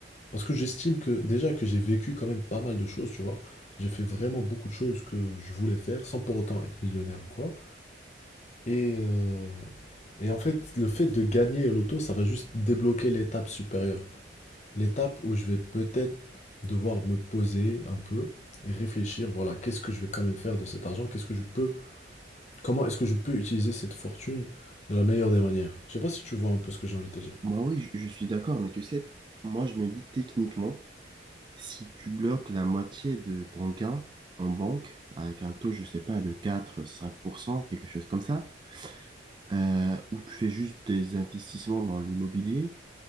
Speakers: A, on the left (about 35°); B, on the right (about 25°).
A: parce que j'estime que déjà que j'ai vécu quand même pas mal de choses, tu vois. J'ai fait vraiment beaucoup de choses que je voulais faire sans pour autant être millionnaire ou quoi. Et, euh, et en fait, le fait de gagner au loto, ça va juste débloquer l'étape supérieure. L'étape où je vais peut-être devoir me poser un peu et réfléchir, voilà, qu'est-ce que je vais quand même faire de cet argent? Qu'est-ce que je peux, comment est-ce que je peux utiliser cette fortune de la meilleure des manières? Je sais pas si tu vois un peu ce que j'ai envie de te dire.
B: Moi, oui, je, je suis d'accord, mais tu sais, moi je me dis techniquement, si tu bloques la moitié de ton gain en banque avec un taux, je sais pas, de quatre cinq pour cent quelque chose comme ça, euh, ou tu fais juste des investissements dans l'immobilier,